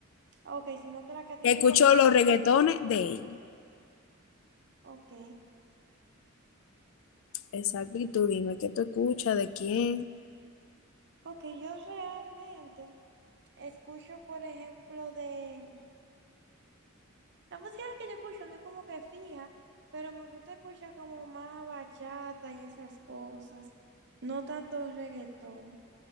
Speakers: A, on the right; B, on the left.
A: Ah, Ok, sino que la que a ti
B: Escucho
A: te gusta
B: los reggaetones
A: son...
B: de ellos.
A: Ok.
B: Exacto, y tú dime, ¿qué tú escuchas? ¿De quién?
A: Ok, yo realmente escucho, por ejemplo, de... La música que yo escucho no es como que fija, pero me gusta escuchar como más bachata y esas cosas. No tanto reggaetón.